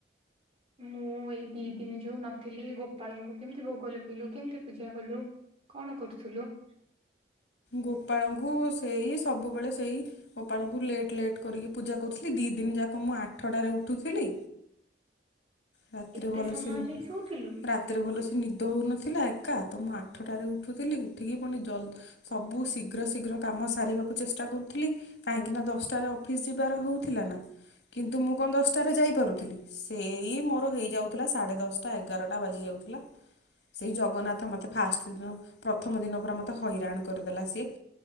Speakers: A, on the right; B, on the left.
A: ମୁଁ ଏଇ ଦି ଦିନ ଯୋଉ ନଥିଲି ଗୋପାଳଙ୍କୁ କେମିତି ଭୋଗଲ ପିିଲୁ କେମିତି ପୂଜା କଲୁ? କଣ କରୁଥିଲୁ?
B: ଗୋପାଳଙ୍କୁ ସେଇ ସବୁବେଳେ ସେଇ ଗୋପାଳଙ୍କୁ ଲେଟ୍ ଲେଟ୍ କରିକି ପୂଜା କରୁଥିଲି ଦି ଦିନ ଯାକ ମୁଁ ଆଠଟାରେ ଉଠୁଥିଲି? ରାତିରେ
A: ଏତେ
B: ଭଲସେ
A: ସମୟ
B: ନି
A: ଯାଇ ଶୋଉଥିଲୁ
B: ରା ଏଥିରେ ଭଲସେ ନିଦ ହେଉନଥିଲା ଏକା ତ ମୁଁ ଆଠଟାରେ ଉଠୁଥିଲି ଉଠିକି ପୁଣି ଜଲ ସବୁ ଶୀଘ୍ର ଶୀଘ୍ର କାମ ସାରିବାକୁ ଚେଷ୍ଟା କରୁଥିଲି। କାହିଁକି ନା ଦଶଟା ରେ ଅଫିସ୍ ଯିବାର ହଉଥିଲା ନା, କିନ୍ତୁ ମୁଁ କଁ ଦଶଟା ରେ ଯାଇପାରୁଥିଲି ସେଇ, ଇ ମୋର ହେଇଯାଉଥିଲା ସାଢେ ଦଶଟା ଏଗାରଟା ବାଜି ଯାଉଥିଲା, ସେଇ ଜଗନ୍ନାଥ ମୋତେ ଫାଷ୍ଟ ଦିନ ପ୍ରଥମ ଦିନ ପୁରରା ମୋତେ ହଇରାଣ କରିଦେଲା ସିଏ,